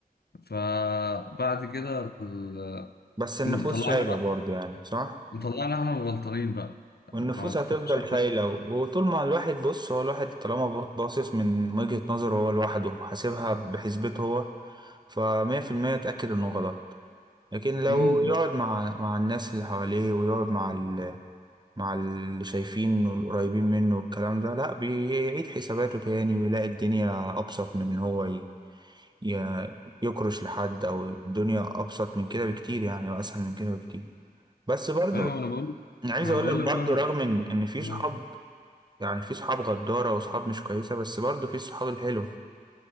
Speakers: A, on the left; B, on the right.
A: فبعد كده ال-
B: بس النفوس
A: طلعنا
B: شايلة
A: بقى
B: برضه يعني صح
A: طلعنا احنا الغلطانين بقى فما
B: والنفوس
A: تفهمش
B: هتفضل شايلة وطول ما الواحد بص هو الواحد طالما باصص من وجهة نظره هو لوحده حاسبها بحسبته هو فمية في المية اتأكد انه غلط لكن لو
A: امم
B: يقعد مع مع الناس اللي حواليه ويقعد مع ال... مع اللي شايفين والقريبين منه والكلام ده لا بيعيد حساباته تاني ويلاقي الدنيا أبسط من إن هو ي... ي... يكرش لحد أو الدنيا أبسط من كده بكتير يعني وأسهل من كده بكتير بس برضه
A: ايوه ما انا بقول
B: أنا عايز
A: ما
B: أقول
A: انا بقول
B: لك برضه
A: لك بقى
B: رغم إن إن في
A: ما-
B: صحاب يعني في صحاب غدارة وصحاب مش كويسة بس برضه في الصحاب الحلوة